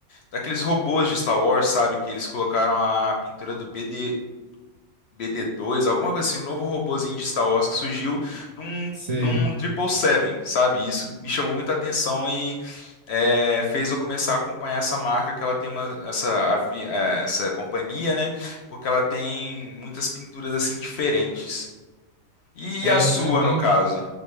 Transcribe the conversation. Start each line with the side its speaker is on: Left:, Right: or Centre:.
Left: daqueles robôs de Star Wars, sabe? Que eles colocaram a pintura do BD, BD2, alguma coisa assim, um novo robozinho de Star Wars que surgiu num,
Right: Sei.
Left: num Triple Seven, sabe? Isso me chamou muita atenção e é, fez eu começar a acompanhar essa marca, que ela tem uma, essa, avi- eh, essa companhia, né? Porque ela tem muitas pinturas assim diferentes. E
Right: É,
Left: a sua,
Right: eu também.
Left: no caso?